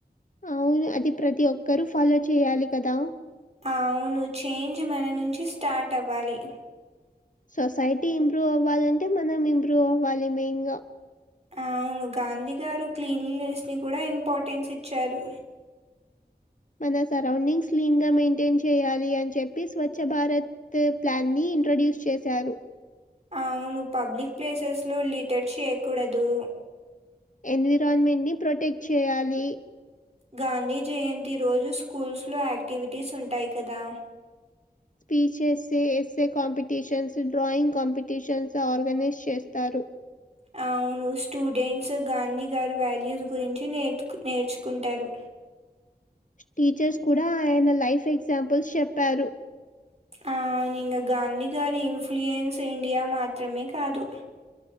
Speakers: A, on the left; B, on the right.
A: అవును అది ప్రతి ఒక్కరుూ ఫాలో చేయ్యాలి కదా
B: అవును చేంజ్ మన నుంచి స్టార్ట్ అవ్వాలి
A: సొసైటీ ఇంప్రూవ్ అవ్వాలంటే మనం ఇంప్రూవ్ అవ్వాలి మెయిన్ గా
B: అవును గాంధీ గారు క్లీన్లీనెస్ ని కూడా ఇంపార్టెన్స్ ఇచ్చారు
A: మన సరౌండింగ్స్ క్లీన్ గా మెయింటైన్ చేయాలి అని చెప్పి స్వచ్ఛ భారత్ సార్ ప్లాన్ ని ఇంట్రొడ్యూస్ చేశారు
B: అవును పబ్లిక్ ప్లేసెస్ లో లీటర్ చేయ్యకూడదు
A: ఎన్విరాలన్మెంట్ ని ప్రొటెక్ట్ చేయాలి
B: గాంధీ జయంతి రోజు స్కూల్స్లో యాక్టివిటీస్ ఉంటాయి కదా
A: speeches essay competitions drawing competitions organize చేస్తారు
B: అవును స్టూడెంట్స్ గాంధీ గారి వాల్యూస్ గురించి నేర్చుకుంటారు
A: టీచర్స్ కూడా ఆయన లైఫ్ ఎగ్జాంపుల్స్ చెప్పారు
B: అవును ఇంగ గాంధీ గారి ఇన్ఫ్లుయెన్స్ ఇండియా మాత్రమే కాదు